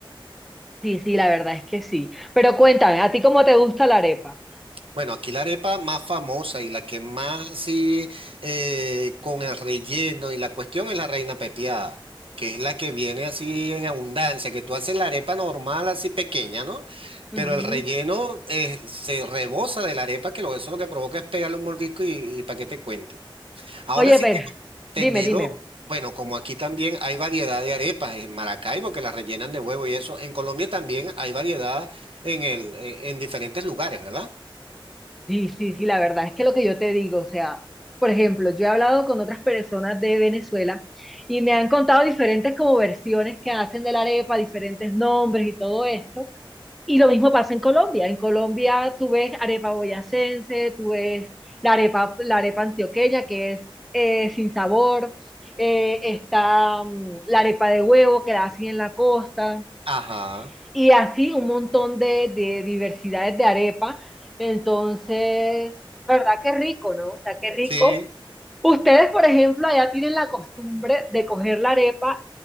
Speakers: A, in the centre; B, on the right.
A: sí, sí, la verdad es que sí. Pero cuéntame, ¿a ti cómo te gusta la arepa?
B: Bueno, aquí la arepa más famosa y la que más así eh, con el relleno y la cuestión es la reina pepiada, que es la que viene así en abundancia, que tú haces la arepa normal así pequeña, ¿no?
A: Ujú.
B: Pero el relleno eh, se rebosa de la arepa, que lo, eso lo que provoca es pegarle un mordisco y, para qué te cuento. Ahora
A: Oye,
B: sí
A: pero,
B: tengo entendido,
A: dime, dime.
B: bueno, como aquí también hay variedad de arepas en Maracaibo que las rellenan de huevo y eso, en Colombia también hay variedad en el, en en diferentes lugares, ¿verdad?
A: Sí, sí, sí, la verdad es que lo que yo te digo, o sea, por ejemplo, yo he hablado con otras personas de Venezuela y me han contado diferentes como versiones que hacen de la arepa, diferentes nombres y todo esto. Y lo mismo pasa en Colombia. En Colombia tú ves arepa boyacense, tú ves la arepa, la arepa antioqueña, que es eh, sin sabor, eh, está mm, la arepa de huevo, que la hacen en la costa,
B: Ajá.
A: y así un montón de, de diversidades de arepa. Entonces, la verdad que rico, ¿no? O sea, qué rico.
B: Sí,
A: Ustedes, por ejemplo, allá tienen la costumbre de coger la arepa,